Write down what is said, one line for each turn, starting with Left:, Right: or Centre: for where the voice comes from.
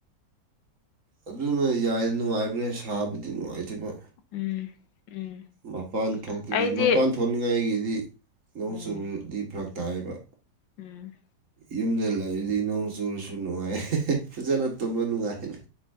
Right: ꯑꯗꯨꯅ ꯌꯥꯏ ꯅꯨꯡꯉꯥꯏꯕ꯭ꯔꯅꯦ ꯁꯥꯕꯗꯤ ꯅꯨꯡꯉꯥꯏꯇꯕ
Left: ꯎꯝ ꯎꯝ
Right: ꯃꯄꯥꯟ ꯊꯣꯛꯇꯕꯤ
Left: ꯑꯩꯗꯤ
Right: ꯃꯄꯥꯟ ꯊꯣꯛꯅꯤꯡꯉꯥꯏꯒꯤꯗꯤ ꯅꯣꯡ
Left: ꯎꯝ
Right: ꯆꯨꯔꯗꯤ ꯐꯔꯛ ꯇꯥꯏꯌꯦꯕ
Left: ꯎꯝ꯫
Right: ꯌꯨꯝꯗ ꯂꯩꯔꯗꯤ ꯅꯣꯡ ꯆꯨꯔꯁꯨ ꯅꯨꯡꯉꯥꯏꯌꯦ <unintelligible> ꯐꯖꯅ ꯇꯨꯝꯕ ꯅꯨꯡꯉꯥꯏꯅ